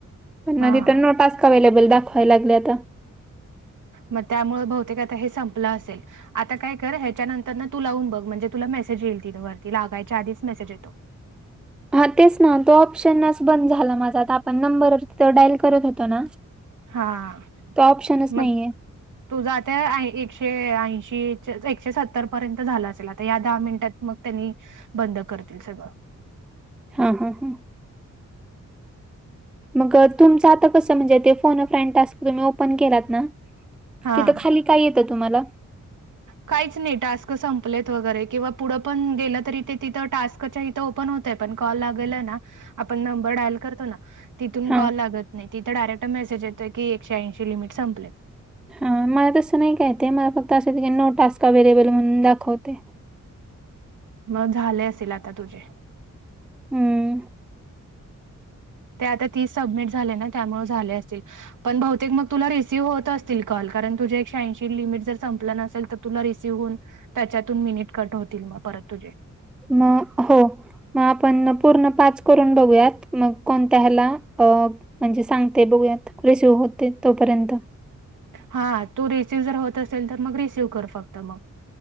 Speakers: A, in the centre; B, on the right.
A: पण,
B: हा
A: ना तिथं नो टास्क अवेलेबल दाखवाय लागलय आता.
B: म त्यामुळे बहुतेक आता हे संपलं असेल. आता काय कर, ह्याच्यानंतर न तू लावून बघ, म्हणजे तुला मेसेज येईल तिथं वरती, लागायच्या आधीच मेसेज येतो.
A: हा, तेच ना, तो ऑप्शनच बंद झाला माझा, आता आपण नंबर तिथ डायल करत होतो ना
B: हा,
A: तो ऑप्शनच
B: मग
A: नाहीये
B: तुझ आते आय एकशे ऐंशी, एकशे सत्तर पर्यंत झालं असेल, आता या दहा मिनिटात मग, त्यांनी बंद करतील सगळं
A: हा ह हं मग तुमचं आता कसं म्हणजे, ते फोन फ्रेंड टास्क तुम्ही ओपन केलात ना
B: हा
A: तिथं खाली काय येतं तुम्हाला?
B: काहीच नाही टास्क संपलेत वगैरे, किंवा पुढं पण गेलं, तरी ते तिथं टास्क त्याच्या इथं ओपन होतय, पण कॉल लागल ना आपण नंबर डायल करतो ना, तिथून
A: हा
B: कॉल लागत नाही, तिथ डायरेक्ट मेसेज येतोय की, एकशे ऐंशी लिमिट संपलेत.
A: हा, मला तसं नाही काय ते, मला फक्त असं काही नो टास्क अवेलेबल म्हणून दाखवतय.
B: मग झाले असेल आता तुझे
A: हम्म.
B: ते आता ती सबमिट झाले ना त्यामुळे झाले असेल. पण बहुतेक मग तुला रिसीव्ह होत असतील कॉल कारण तुझ्या एकशे ऐंशी लिमिट जर संपलं नसेल तर तुला रिसीव्ह होऊन त्याच्यातून मिनिट कट होतील मग परत तुझे
A: मग हो मग आपण पूर्ण पाच करून बघूयात. मग कोणत्या ह्याला म्हणजे सांगते बघूयात रिसिव्ह होते तोपर्यंत
B: हा तू रिसिव्ह जर होत असेल तर मग रिसिव्ह कर फक्त मग